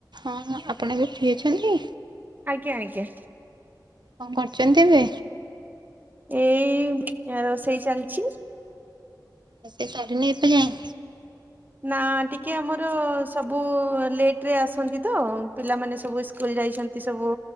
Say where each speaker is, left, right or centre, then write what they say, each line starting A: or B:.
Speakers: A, on the right (about 75°); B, on the right (about 25°).
A: ହଁ ହଁ ଆପଣ ଏବେ ଫ୍ରି ଅଛନ୍ତି?
B: ଆଜ୍ଞା ଆଜ୍ଞା।
A: କଣ କରୁଛନ୍ତି ଏବେ?
B: ଏଇ ରୋଷେଇ ଚାଲିଛି।
A: ରୋସେଇ ସରିନି ଏବେ ଯାଏ।
B: ନା ଟିକେ ଆମର ସବୁ ଲେଟ ରେ ଆସନ୍ତି ତ ପିଲାମାନେ ସବୁ ସ୍କୁଲ ଯାଇଛନ୍ତି। ଏମତି ସବୁ